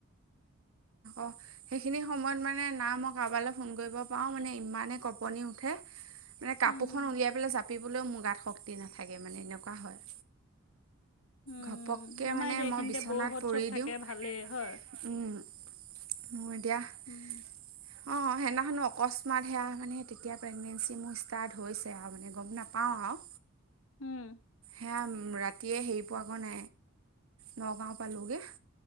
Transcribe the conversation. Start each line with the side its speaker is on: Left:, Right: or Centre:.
Right: অ', সেইখিনি সময়ত মানে না মই কাৰোবালৈ ফোন কৰিব পাওঁ, মানে ইমানে কপনি উঠে মানে
Left: উম,
Right: কাপোৰখন উলিয়াই পেলাই জাপ পিবলৈও মোৰ গাত শক্তি নাথাকে মানে, এনেকুৱা হয়।
Left: উম,
Right: ঘপকে
Left: আমাৰ
Right: মানে
Left: এতিয়া এইখিনিতে
Right: মই বিচনাত
Left: বৌহত
Right: পৰি
Left: চব থাকে
Right: দিওঁ। উম।
Left: ভালেই হয়।
Right: মোৰ এতিয়া, অ',
Left: উম,
Right: সেইদিনাখনো অকস্ম মান সেয়া মানে তেতিয়া প্ৰেগনেঞ্চি মোৰ ষ্টাৰ্ট হৈছে আৰু মান, গম নাপাওঁ আৰু
Left: উম।
Right: সেয়াম ৰাতিয়ে হেই পোৱা গৈ নাই নগাওঁ পালোঁ গে।